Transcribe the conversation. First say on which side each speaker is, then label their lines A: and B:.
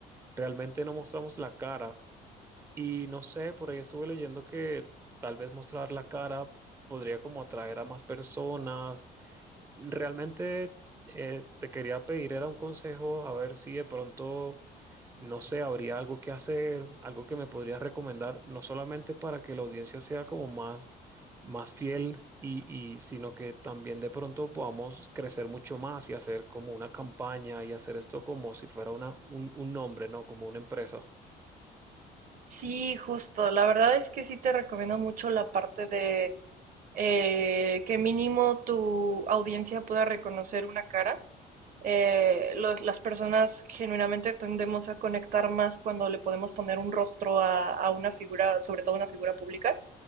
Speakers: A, on the right; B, on the right.
A: Realmente no mostramos la cara. Y no sé, por ahí estuve leyendo que tal vez mostrar la cara podría como atraer a más personas. Realmente eh, te quería pedir, era un consejo, a ver si de pronto no sé, habría algo que hacer, algo que me podrías recomendar, no solamente para que la audiencia sea como más, más fiel y, y sino que también de pronto podamos crecer mucho más y hacer como una campaña y hacer esto como si fuera una, un, un nombre, ¿no? Como una empresa.
B: Sí, justo. La verdad es que sí te recomiendo mucho la parte de eh, que mínimo tu audiencia pueda reconocer una cara. Eh, los- las personas genuinamente tendemos a conectar más cuando le podemos poner un rostro a, a una figura, sobre todo una figura pública.